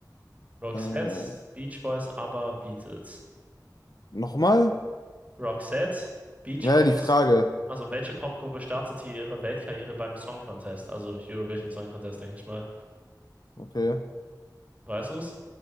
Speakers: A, on the right (about 20°); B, on the left (about 60°).
A: Roxette,
B: Äh,
A: Beach Boys, ABBA, Beatles.
B: nochmal?
A: Roxette, Beach
B: Naja,
A: Boys.
B: die Frage.
A: Also welche Popgruppe startete ihre Weltkarriere beim Song Contest? Also Eurovision Song Contest, denke ich mal.
B: Okay.
A: Weißt du es?